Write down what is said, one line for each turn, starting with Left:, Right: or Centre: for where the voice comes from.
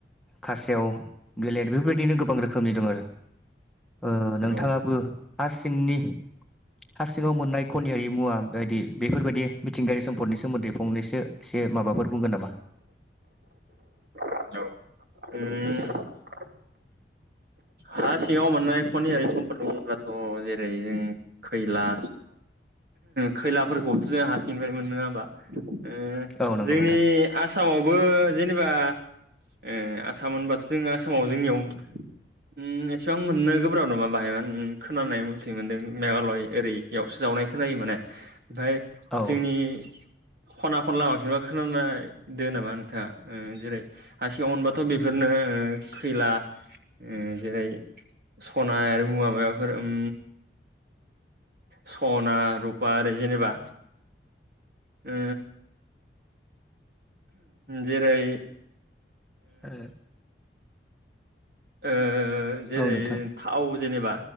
Centre: खासेयाव, गोलेर बेफोरबायदिनो गोबां रोखोमनि दं आरो। ओ नोंथाङाबो
Right: औ
Centre: हा सिंनि हा सिङाव मोननाय खनियारि मुवा बायदि बेफोरबायदि मिथिंगायारि सम्पदनि सोमोन्दै फंनैसो एसे माबाफोर बुंगोन नामा?
Right: औ उम हा सिङाव मोननाय खनियारि सम्पटफोर दं होनब्लाथ' जेरै जों खैला, खैलाफोरखौथ' जों हासिंनिफ्रायमोनो नङा होमबा। ओ
Centre: औ नंगौ
Right: जोंनि
Centre: नोंथां
Right: आसामावबो जेनेबा ओ आसाम होनबाथ' जों आसामाव जोंनियाव उम एसिबां मोननो गोब्राब नङा बाहाय खोनानाय मथै मोनदों मेघालय ओरै। एयावसो जावनाय खोननायो माने ओमफाय
Centre: औ
Right: जोंनि खना खला माखिबा खोनानाय दो नामा नोंथाङा जेरै हा सिगाव अनबाथ' बेफोरनो खैला। ओ जेरै सनाय आरो मुवा माबाफोर उम। सना, रुपा आरो जेनेबा ओ जेरै
Centre: ओ
Right: ओ जेरै
Centre: औ नोंथां
Right: थाव जेनेबा